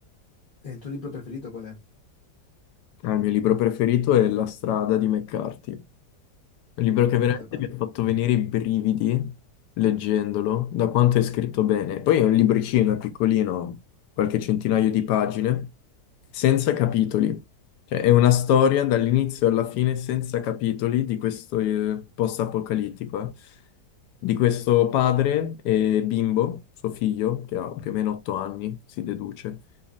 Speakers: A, on the left; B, on the left.
A: E il tuo libro preferito qual è?
B: Ah, il mio libro preferito è La strada di McCarthy, un libro che
A: Di
B: veramente
A: cosa parla?
B: mi ha fatto venire i brividi leggendolo, da quanto è scritto bene. Poi è un libricino, è piccolino, qualche centinaio di pagine, senza capitoli. Cioè, è una storia dall'inizio alla fine senza capitoli di questo eh, post-apocalittico, eh, di questo padre e bimbo, suo figlio, che ha più o meno otto anni, si deduce